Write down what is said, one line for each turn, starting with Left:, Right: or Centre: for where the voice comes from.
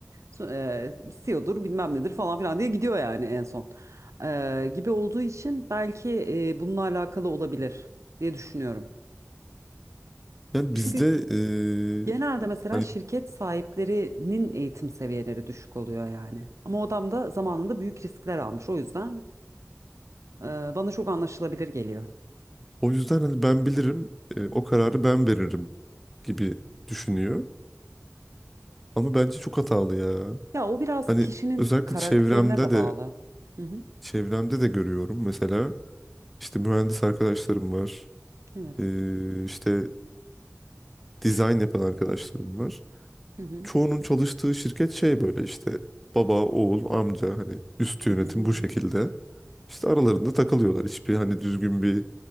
Right: So- E, CEO'dur bilmem nedir falan filan diye gidiyor yani en son. E, gibi olduğu için belki e, bununla alakalı olabilir diye düşünüyorum.
Centre: Yani
Right: Çünkü
Centre: bizde e,
Right: Genelde mesela
Centre: hani
Right: şirket sahiplerinin eğitim seviyeleri düşük oluyor yani. Ama o adam da zamanında büyük riskler almış. O yüzden e, bana çok anlaşılabilir geliyor.
Centre: o yüzden hani ben bilirim, e, o kararı ben veririm gibi düşünüyor. Ama bence çok hatalı ya.
Right: Ya o biraz
Centre: Hani
Right: kişinin
Centre: özellikle
Right: karakterine
Centre: çevremde
Right: de
Centre: de
Right: bağlı. Hı hı.
Centre: çevremde de görüyorum mesela İşte mühendis arkadaşlarım var.
Right: Evet.
Centre: Ee, işte dizayn yapan arkadaşlarım var.
Right: Hı hı.
Centre: Çoğunun çalıştığı şirket şey böyle işte baba, oğul, amca hani üst yönetim
Right: Hı hı. Hı hı.
Centre: bu şekilde. İşte aralarında takılıyorlar. Hiçbir hani düzgün bir